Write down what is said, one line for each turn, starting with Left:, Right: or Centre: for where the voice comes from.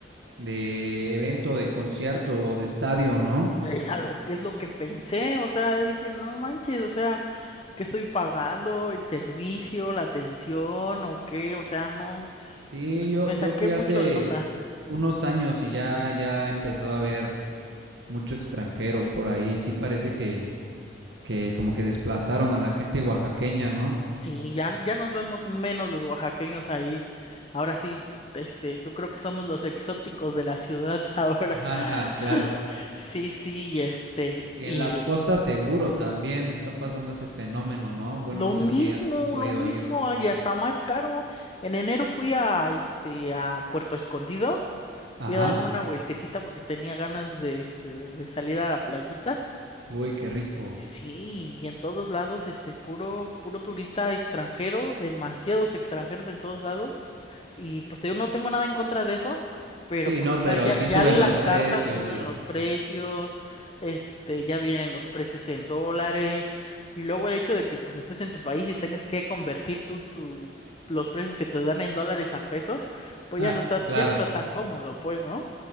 Right: de evento, de concierto o de estadio, ¿no?
Left: Es a lo que es lo que pensé, o sea, yo dije, no manches, o sea, ¿qué estoy pagando? ¿El servicio, la atención o qué? O sea, no,
Right: Sí, yo,
Left: me
Right: yo
Left: saqué
Right: fui
Left: mucho
Right: hace
Left: de onda.
Right: unos años y ya, ya empezaba a ver mucho extranjero por ahí. Sí parece que, que como que desplazaron a la gente oaxaqueña, ¿no?
Left: Sí, ya, ya nos vemos menos los oaxaqueños ahí. Ahora sí, este, yo creo que somos los exóticos de la ciudad <laughs> ahora.
Right: <laughs> Ajá, claro.
Left: <laughs> Sí, sí, y este,
Right: Y
Left: y
Right: en las costas seguro también está pasando ese fenómeno, ¿no? Bueno,
Left: Lo
Right: no
Left: mismo,
Right: sé si has podido
Left: lo mismo,
Right: ir.
Left: y hasta más caro. En enero fui a este a Puerto Escondido, fui
Right: Ajá.
Left: a darme una vueltecita porque tenía ganas de, de salir a la playita.
Right: Uy, qué rico.
Left: Sí, y en todos lados, este, puro, puro turista extranjero, demasiados extranjeros en todos lados. Y pues te digo, no tengo nada en contra de eso, pero
Right: Sí,
Left: pues,
Right: no,
Left: o sea,
Right: pero
Left: ya,
Right: sí
Left: ya
Right: suben
Left: las
Right: los
Left: cartas
Right: precios,
Left: suben
Right: sí.
Left: los precios, este, ya vienen los precios en dólares, y luego el hecho de que pues estés en tu país y tengas que convertir tú tu, los precios que te dan en dólares a pesos, pues
Right: Ah,
Left: ya no está,
Right: claro.
Left: ya no está tan cómodo, pues, ¿no?